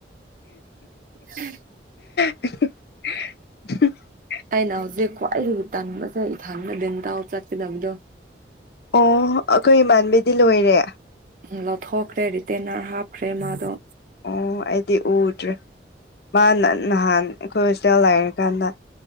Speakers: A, on the right (about 45°); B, on the left (about 60°).
A: ꯎ
B: <unintelligible>
A: ꯑꯩꯅ ꯍꯧꯖꯤꯛ ꯈ꯭ꯋꯥꯏꯗꯒꯤ ꯇꯟꯕꯁꯦ ꯏꯊꯪꯅꯗꯤꯅ ꯇꯥꯎ ꯆꯠꯀꯗꯕꯗꯣ
B: ꯑꯣ ꯑꯩꯈꯣꯏ ꯏꯃꯥꯟꯕꯤꯗꯤ ꯂꯣꯏꯔꯦ
A: ꯎ ꯂꯧꯊꯣꯛꯈ꯭ꯔꯦ ꯔꯤꯇꯦꯟꯅꯔ ꯍꯥꯞꯈ꯭ꯔꯦ ꯃꯥꯗꯣ
B: ꯑꯣ ꯑꯩꯗꯤ ꯎꯠ꯭ꯔꯦ ꯃꯥꯅ ꯅꯍꯥꯟ ꯑꯩꯈꯣꯏ ꯍꯣꯁꯇꯥꯦꯜ ꯂꯥꯛꯔꯀꯥꯟꯗ